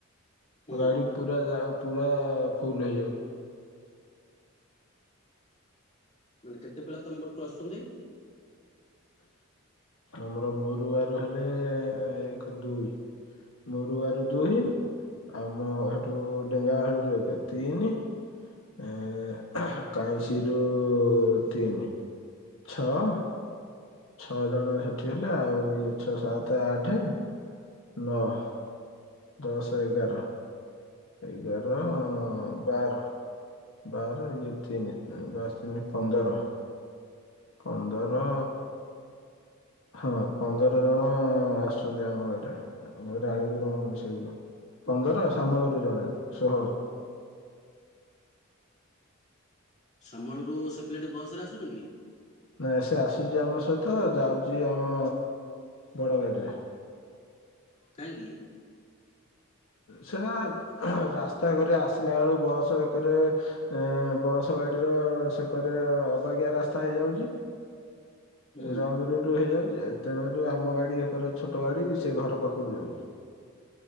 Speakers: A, on the left; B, on the left.
A: ହୁଁ
B: ଗାଡ଼ି ପୁରା ଯା ପୁରା ଫୁଲ ହୋଇଯାଉଚି।
A: ମାନେ କେତେ ପିଲା ତମ ପଟରୁ ଆସୁଛନ୍ତି?
B: ଆମର ମରୁଗାଁରୁ ହେଲେ ଏକ ଦୁଇ। ମୋରୁଆରୁ ଦୁଇ ଆଉ ମୋ ସେଠୁ ଡେଙ୍ଗାବାହାଳିରୁ ଏକ ତିନି। ଏ କାଇଁଶିରୁ ତିନି ଛଅ। ଛଅ ଜଣ ସେଠି ହେଲେ ଆଉ ଇଏ ଛଅ ସାତ ଆଠେ। ନଅ ଦଶ ଏଗାର ଏଗାର ବାର। ବାର ଇଏ ତିନି ବାର ତିନି ପନ୍ଦର। ପନ୍ଦର ହଁ ପନ୍ଦର ଜଣ ଆସୁଛନ୍ତି ଆମ ଘରେ। ଆ ରାଣୀଘରୁ ମିଶେଇକି ପନ୍ଦର ଶାମଳରୁ ଜଣେ ଷୋହଳ-
A: ସାମଳରୁ ସେ ପିଲା ଟି ବସ୍ ରେ ଆସୁନି କି?
B: ନା ସେ ଆସୁଛି ଆମ ସହିତ ଯାଉଛି ଆମ ବଡ଼ ଗାଡ଼ିରେ
A: କାହିଁକ କି?
B: ସେଟା ରାସ୍ତା କରିରେ ଆସିଲା ବେଳୁ ବସ୍ ଏକରେ ଏ ବସ ଗାଡିର ସେକରେ ଅବାଗିଆ ରାସ୍ତା ହେଇଯାଉଛି।
A: ହୁଁ
B: ରଙ୍ଗ ରୁଟ ହେଇଯାଉଛି। ତେଣୁକରି ଆମ ଗାଡ଼ି ଏକର ଛୋଟ ଗାଡ଼ି ସେ ଘର ପାଖକୁ ଯାଉଛି।